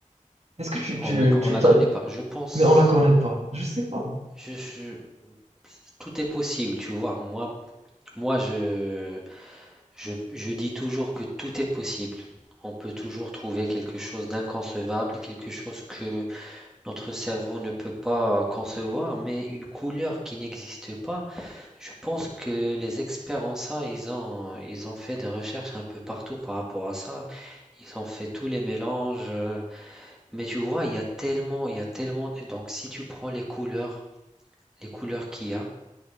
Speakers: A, on the right (about 55°); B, in the centre.
A: est-ce que tu,
B: On
A: tu,
B: ne on
A: tu
B: la connaît
A: t'as-
B: pas. Je pense,
A: mais on la connaît pas. Je sais pas.
B: je, je- tout est possible, tu vois. Moi, moi, je, je, je dis toujours que tout est possible. On peut toujours trouver quelque chose d'inconcevable, quelque chose que Notre cerveau ne peut pas concevoir, mais une couleur qui n'existe pas, je pense que les experts en ça, ils ont, ils ont fait des recherches un peu partout par rapport à ça. Ils ont fait tous les mélanges. euh, Mais tu vois, il y a tellement, il y a tellement. Donc, si tu prends les couleurs, les couleurs qu'il y a,